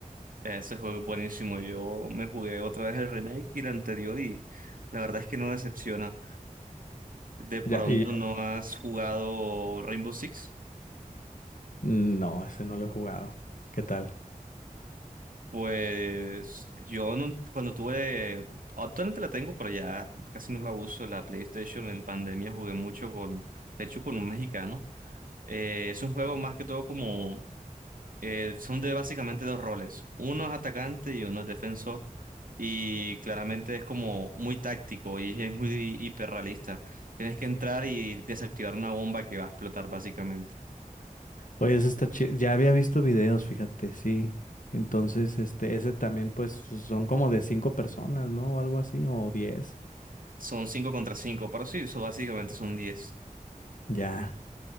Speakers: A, on the right; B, on the left.
A: Ese juego es buenísimo. Yo me jugué otra vez el remake y el anterior y la verdad es que no decepciona. ¿De pronto
B: Ya, y ya-
A: no has jugado Rainbow Six?
B: no, ese no lo he jugado. ¿Qué tal?
A: Pues yo en un- cuando tuve, actualmente la tengo, pero ya casi no la uso, la PlayStation en pandemia jugué mucho con, de hecho con un mexicano. Eh, es un juego más que todo como, eh, son de básicamente dos roles, uno es atacante y uno es defensor y claramente es como muy táctico y <laughs> es muy hiperrealista. Tienes que entrar y desactivar una bomba que va a explotar básicamente.
B: Oye, ese está chido. Ya había visto videos, fíjate, sí. Entonces, este, ese también, pues, son como de cinco personas, ¿no? O algo así, o diez.
A: Son cinco contra cinco, pero sí, eso básicamente son diez
B: Ya.